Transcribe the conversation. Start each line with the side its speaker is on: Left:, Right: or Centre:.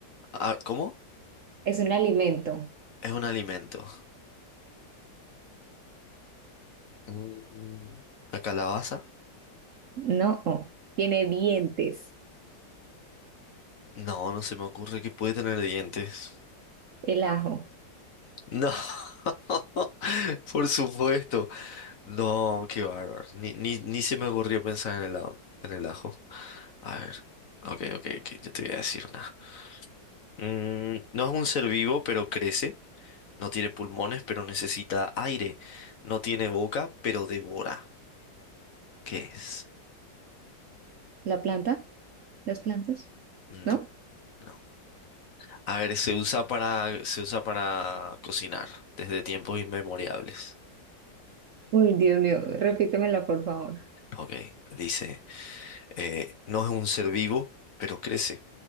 Left: Ah, ¿cómo?
Right: Es un alimento.
Left: Es un alimento. Mm, ¿La calabaza?
Right: No, oh, tiene dientes.
Left: No, no se me ocurre que puede tener dientes.
Right: El ajo.
Left: No. <laughs> Por supuesto. No, qué bárbaro. Ni, ni, ni se me ocurrió pensar en el ajo. En el ajo. A ver. Ok, ok, ok. Yo te voy a decir una. Mm, no es un ser vivo, pero crece. No tiene pulmones, pero necesita aire. No tiene boca, pero devora. ¿Qué es?
Right: ¿La planta? ¿Las plantas?
Left: No,
Right: ¿No?
Left: no. A ver, se usa para, se usa para cocinar desde tiempos inmemoriales.
Right: Uy, Dios mío, repítemela, por favor.
Left: Ok, dice, eh, no es un ser vivo, pero crece.